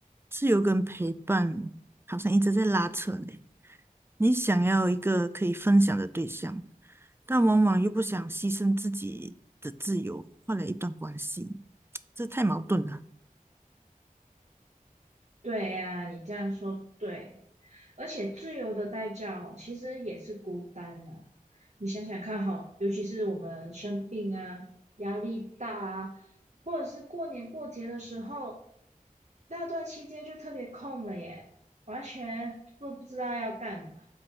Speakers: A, on the right; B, on the right.
A: 自由跟陪伴好像一直在拉扯呢。你想要一个可以分享的对象，但往往又不想牺牲自己的自由，换来一段关系，这太矛盾了。
B: 对呀，你这样说对，而且自由的代价哦，其实也是孤单的。你想想看哈，尤其是我们生病啊、压力大啊，或者是过年过节的时候，那段期间就特别空了耶，完全都不知道要干嘛。